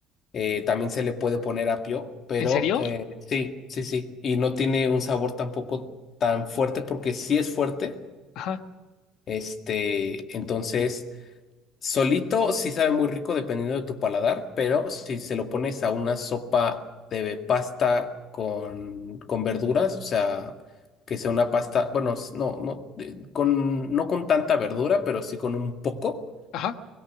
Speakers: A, on the left (about 40°); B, on the left (about 65°).
A: eh, también se le puede poner apio, pero
B: ¿en serio?
A: eh, sí, sí, sí, y no tiene un sabor tampoco tan fuerte porque sí es fuerte,
B: Ajá,
A: este, entonces Solito sí sabe muy rico dependiendo de tu paladar, pero si se lo pones a una sopa de pasta con, con verduras, o sea, que sea una pasta, bueno, s- no, no, eh, con, no con tanta verdura, pero sí con un poco.
B: ajá.